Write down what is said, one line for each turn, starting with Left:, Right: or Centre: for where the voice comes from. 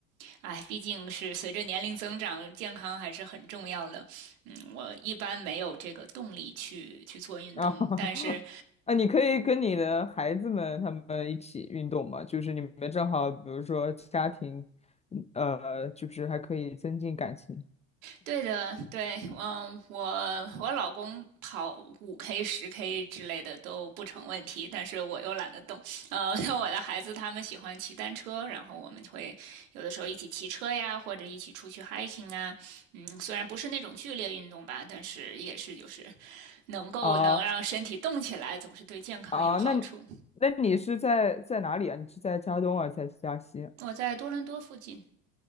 Right: 哎，毕竟是随着年龄增长，健康还是很重要的。嗯，我一般没有这个动力去去做运动，
Left: <laughs>
Right: 但是
Left: 啊！你可以跟你的孩子们他们一起运动嘛，就是你们正好，比如说家庭，嗯呃，就是还可以增进感情
Right: 对的，对，嗯，我我老公跑五 K、十 K 之类的都不成问题，但是我又懒得动。呃，<laughs> 像我的孩子他们喜欢骑单车，然后我们就会有的时候一起骑车呀，或者一起出去 hiking 啊。嗯，虽然不是那种剧烈运动吧，但是也是就是能够能让身体动起来，
Left: 啊
Right: 总是对健康有好处。
Left: 啊。那你那你是在在哪里啊？你是在加东啊，在加西
Right: 我在多伦多附近，